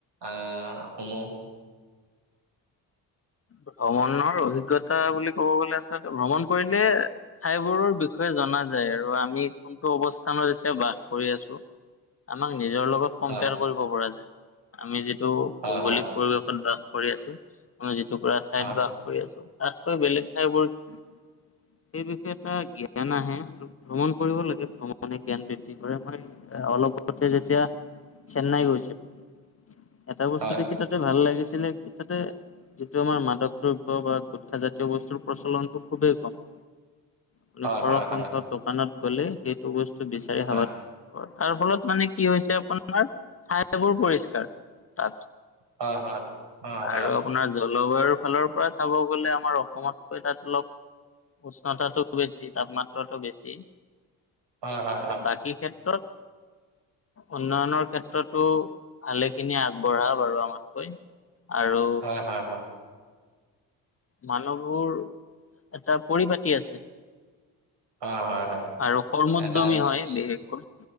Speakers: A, on the right; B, on the left.
A: আহ শুনো।
B: ভ্ৰমণৰ অভিগতা বুলি ক'ব গলে আচলতে ভ্ৰমণ কৰিলে ঠাইবোৰৰ বিষয়ে জনা যায় আৰু আমি কোনটো অৱস্থানত এতিয়া বাস কৰি আছো। আমাক নিজৰ লগত কম্পেয়াৰ
A: হয়
B: কৰিব পৰা যায়। আমি যিটো
A: হয়
B: ভৌগলিক
A: হয়
B: পৰিৱেশত বাস কৰি আছো, আমি যিটুকুৰা ঠাইত
A: হয়
B: বাস আছো তাতকৈ বেলেগ ঠাইবোৰ সেই বিষয়ে এটা জ্ঞান আহে। ভ্ৰমণ কৰিব লাগে ভ্ৰমণে জ্ঞান বৃদ্ধি কৰে, মই অলপতে যেতিয়া চেন্নাই গৈছিলো। এটা বস্তু
A: হয়
B: দেখি তাতে ভাল লাগিছিলে কি তাতে এইটো আমাৰ মাদক দ্ৰব্য বা গোটখা জাতীয় বস্তুৰ প্ৰচলনটো খুবেই কম। <unintelligible>
A: হয় হয় হয়
B: দোকানত গলে সেইটো বস্তু বিচাৰে <unintelligible>
A: হয়
B: মানে কি হৈছে আপোনাৰ ঠাইবোৰ পৰিষ্কাৰ তাত।
A: হয় হয় হয় হয়।
B: আৰু আপোনাৰ জলবায়ুৰ ফালৰ পৰা চাব গ'লে আমাৰ অসমতকৈ তাত অলপ উষ্ণতাটো বেছি তাপমাত্ৰাটো বেছি।
A: হয় হয়
B: বাকী ক্ষেত্ৰত উন্নয়নৰ ক্ষেত্ৰতো ভালেখিনি আগবঢ়া বাৰু আমাতকৈ। আৰু
A: হয় হয় হয়
B: মানুহবোৰ এটা পৰিপাটি আছে।
A: হয় হয় হয়
B: আৰু কৰ্মদ্যমী
A: এটা চ-
B: হয়
A: চ-
B: বিশেষকৈ